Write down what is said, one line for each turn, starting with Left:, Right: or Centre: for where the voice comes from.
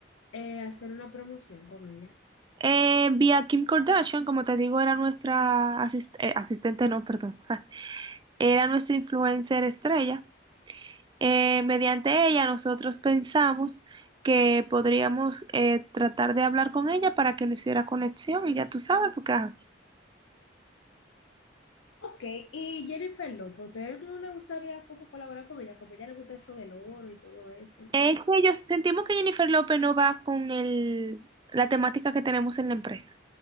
Left: eh, hacer una promoción con ella.
Right: Eh, vi a Kim Kardashian, como te digo, era nuestra asist- eh, asistente, no, perdón, <laughs> era nuestra influencer estrella. Eh, mediante ella nosotros pensamos que podríamos eh, tratar de hablar con ella para que no hiciera conexión y ya tú sabes, porque ajá.
Left: Ok, y Jennifer López, ¿a ustedes no le gustaría como colaborar con ella? Como a ella le gusta eso del oro y todo eso.
Right: Es que yo sentimos que Jennifer López no va con el, la temática que tenemos en la empresa.